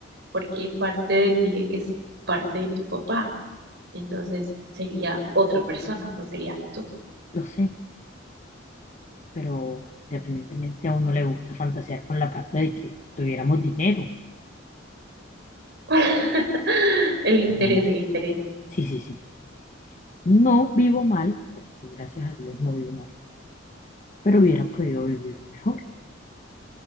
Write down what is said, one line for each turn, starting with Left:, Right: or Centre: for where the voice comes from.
Right: porque parte de ti es parte de tu papá, entonces sería otra persona, no serías tú.
Left: Lo sé, pero independientemente a uno le gusta fantasear con la parte de que tuviéramos dinero,
Right: <laughs> El interés,
Left: ¿no?
Right: el interés.
Left: Sí, sí, sí. No vivo mal, porque gracias a Dios no vivo mal, pero hubiera podido vivir mejor.